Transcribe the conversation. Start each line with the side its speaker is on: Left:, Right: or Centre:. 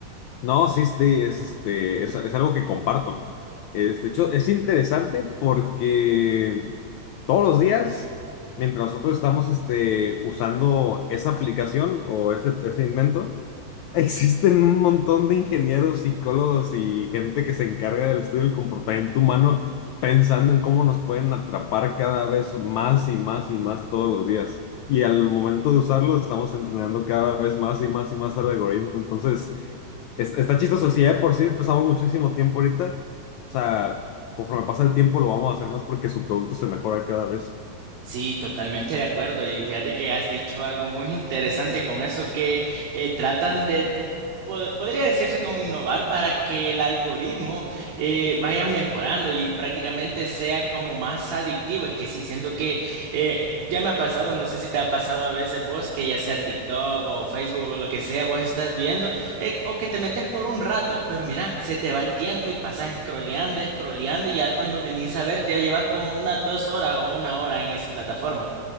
Left: No, sí, este, es, este, es, es algo que comparto. Es, de hecho, es interesante porque todos los días, mientras nosotros estamos este, usando esa aplicación o ese, ese invento, Existen un montón de ingenieros, psicólogos y gente que se encarga del estudio del comportamiento humano pensando en cómo nos pueden atrapar cada vez más y más y más todos los días. Y al momento de usarlo, estamos entrenando cada vez más y más y más al algoritmo. Entonces, es- está chistoso. Si ya de por sí pasamos muchísimo tiempo ahorita, o sea, conforme pasa el tiempo lo vamos a hacer más porque su producto se mejora cada vez.
Right: Sí, totalmente de acuerdo. Y fíjate que has dicho algo muy interesante con eso que eh, tratan de pod- Podría decirse como innovar para que el algoritmo eh, vaya mejorando y prácticamente sea como más adictivo. Es que sí, siento que eh, ya me ha pasado, no sé si te ha pasado a veces vos, que ya sea TikTok o Facebook o lo que sea, vos estás viendo eh, o que te metes por un rato, pero mira, se te va el tiempo y pasas scrolleando, scrolleando y ya cuando venís a ver ya llevas como unas dos horas o una hora en esa plataforma.